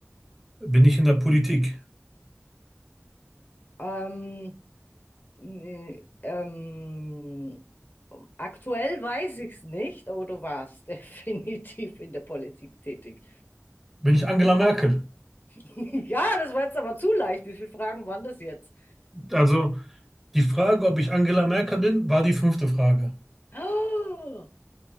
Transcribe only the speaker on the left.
Ähm, Nee, ähm, aktuell weiß ich es nicht, aber du warst <laughs> definitiv in der Politik tätig.
<laughs> Ja, das war jetzt aber zu leicht. Wie viele Fragen waren das jetzt?
Oh,